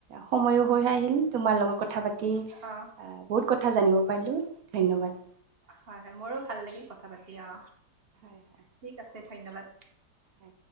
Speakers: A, on the right; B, on the right.
A: সময়ো। হৈ
B: উম,
A: আহিল তোমাৰ লগত কথা পাতি বহুত
B: অ',
A: কথা জানিব পাৰিলোঁ ধন্যবাদ।
B: হয় হয় মোৰো ভাল লাগিল কথা পাতি অ
A: হয় হয়
B: ঠিক আছে ধন্যবাদ।
A: হয়